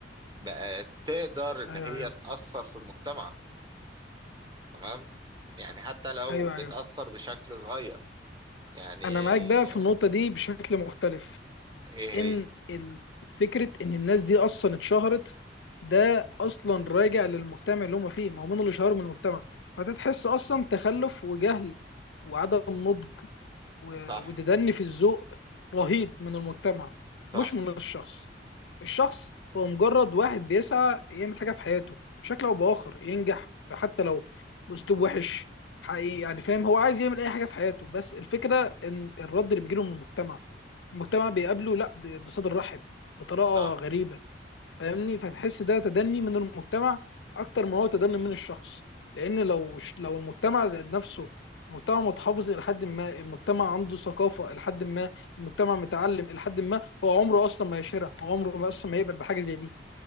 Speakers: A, on the right; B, on the left.
A: بقت تقدر ان
B: ايوه
A: هي
B: ايوه
A: تأثر في المجتمع تمام يعني حتى لو
B: ايوه
A: بتأثر
B: ايوه
A: بشكل صغير يعني
B: انا معاك بقى في
A: آه،
B: النقطه دي بشكل مختلف
A: ايه هي
B: ان ال- فكره ان الناس دي اصلا اتشهرت ده اصلا راجع للمجتمع اللي هم فيه ما هو من اللي شهرهم المجتمع فتتحس اصلا تخلف وجهل وعدم نضج و-
A: صح
B: وتدني في الذوق رهيب من المجتمع
A: صح
B: مش من الشخص الشخص هو مجرد واحد بيسعى يعمل حاجه في حياته بشكل او باخر ينجح حتى لو باسلوب وحش حقيقي يعني فاهم هو عايز يعمل اي حاجه في حياته بس الفكره ان الرد اللي بيجيله من المجتمع المجتمع بيقابله لا ب- بصدر رحب بطريقه
A: صح
B: غريبه فاهمني فتحس ده تدني من المجتمع اكتر ما هو تدني من الشخص لان لو ش- لو المجتمع زائد نفسه المجتمع متحفظ الى حد ما المجتمع عنده ثقافه الى حد ما المجتمع متعلم الى حد ما هو عمره اصلا ما يشهرها هو عمره ما اصلا ما يقبل بحاجه زي دي